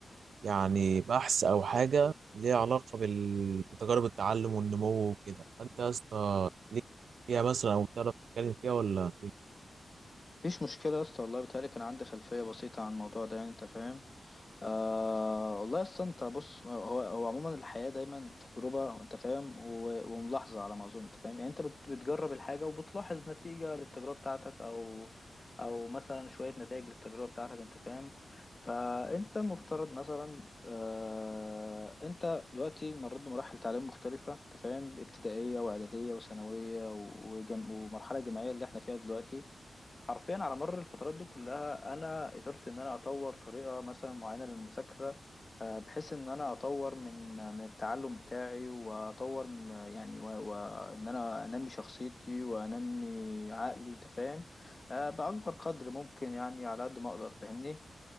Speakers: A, on the right; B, on the left.
A: يعني بحث او حاجه ليها علاقه بال- بتجارب التعلم والنمو وكده فانت يا اسطى ليك فيها مثلا او تعرف تتكلم فيها ولا إيه؟
B: مفيش مشكلة يا اسطى والله بيتهيألي كان عندي خلفية بسيطة عن الموضوع ده يعني انت فاهم آه والله اصل انت بص هو هو عموما الحياه دايما تجربه انت فاهم و- وملاحظه على ما اظن انت فاهم يعني انت بت- بتجرب الحاجه وبتلاحظ نتيجه للتجربه بتاعتك او او مثلا شويه نتائج للتجربه بتاعتك انت فاهم فانت المفترض مثلا آه انت دلوقتي مريت بمراحل تعليم مختلفه انت فاهم ابتدائيه واعداديه وثانويه وجم... ومرحله جامعيه اللي احنا فيها دلوقتي حرفيا على مر الفترات دي كلها انا قدرت ان انا اطور طريقه مثلا معينه للمذاكره آه، بحيث ان انا اطور من من التعلم بتاعي واطور م- يعني و- وان انا انمي شخصيتي وانمي عقلي انت فاهم آه، باكبر قدر ممكن يعني على قد ما اقدر فاهمني